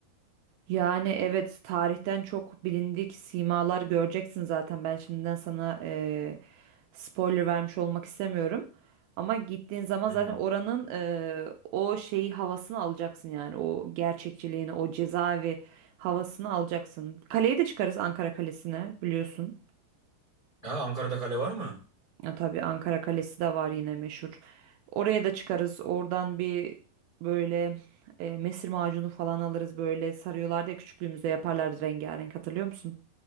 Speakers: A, on the right (about 80°); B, on the left (about 40°).
A: Yani evet tarihten çok bilindik simalar göreceksin zaten. Ben şimdiden sana eee, spoiler vermiş olmak istemiyorum. Ama gittiğin zaman
B: Hmm.
A: zaten oranın eee, o şeyi havasını alacaksın yani. O gerçekçiliğini, o cezaevi havasını alacaksın. Kaleye de çıkarız Ankara Kalesi'ne biliyorsun.
B: Ha, Ankara'da kale var mı?
A: Ya, tabii Ankara Kalesi de var yine meşhur. Oraya da çıkarız. Oradan bir böyle e, mesir macunu falan alırız böyle sarıyorlardı ya küçüklüğümüzde yaparlardı rengarenk hatırlıyor musun?